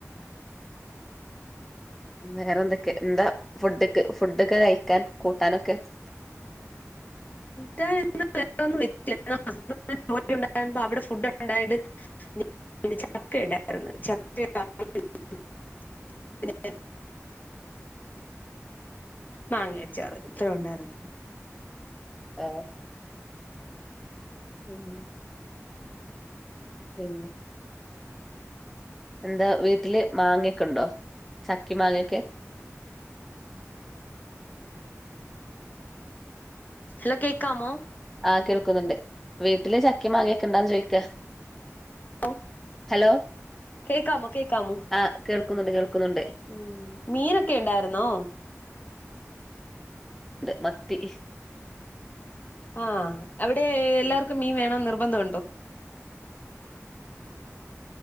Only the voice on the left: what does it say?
ത ഇ <unintelligible> വേറന്നും <inaudible> വെബ <inaudible> ജോലിണ്ട <inaudible> അവിടെ ഫുഡ് ഉണ്ടായിത് <inaudible> പിന്നെ ചക്ക ഇണ്ടായിരുന്നു ചക്ക <unintelligible>
പിന്നെ മാങ്ങയച്ചാറ് ഇത്ര ഉണ്ടായിരുന്നു
ഹലോ കേക്കാമോ
ഓഹ്
കേക്കാമോ കേക്കാമോ
ഉം മീനൊക്കെ ണ്ടായിരുന്നോ
ആഹ് അവിടെ എല്ലാർക്കും
മീൻ വേണംന്ന് നിർബന്ധമുണ്ടോ?